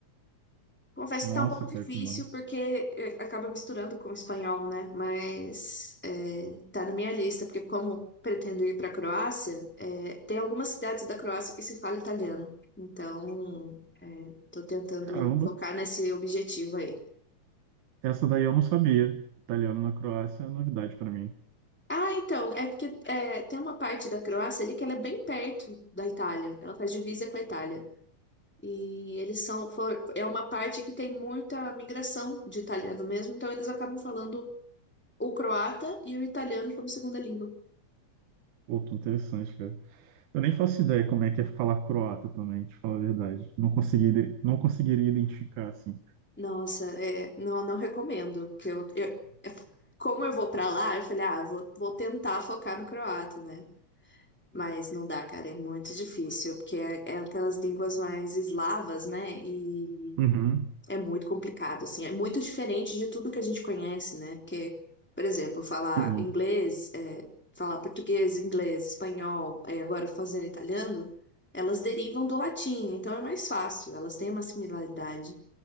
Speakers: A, in the centre; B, on the right (about 85°).
A: Confesso
B: Nossa,
A: que tá um pouco difícil
B: cara, que massa.
A: porque eh, acaba misturando com o espanhol, né? Mas eh, tá na minha lista, porque como pretendo ir para a Croácia, eh, tem algumas cidades da Croácia que se fala italiano. Então, eh, tô tentando
B: Caramba,
A: focar nesse objetivo aí.
B: essa daí eu não sabia. Italiano na Croácia é novidade pra mim.
A: Ah, então, é porque eh, tem uma parte da Croácia ali que ela é bem perto da Itália. Ela faz divisa com a Itália. E eles são, for- é uma parte que tem muita migração de italiano mesmo, então eles acabam falando o croata e o italiano como segunda língua.
B: Pô, que interessante, cara. Eu nem faço ideia como é que é falar croata também, te falar a verdade. Não consegui, ide- não conseguiria identificar, assim.
A: Nossa, é, não, não recomendo. Que eu, eu- é- como eu vou pra lá, eu falei, ah, vou, vou tentar focar no croata, né? Mas não dá, cara, é muito difícil, porque é, é aquelas línguas mais eslavas, né? E
B: Uhum,
A: É muito complicado, assim. É muito diferente de tudo que a gente conhece, né? Porque, por exemplo, falar
B: sim,
A: inglês, é, falar português, inglês, espanhol, é, agora fazendo italiano, elas derivam do latim, então é mais fácil, elas têm uma similaridade.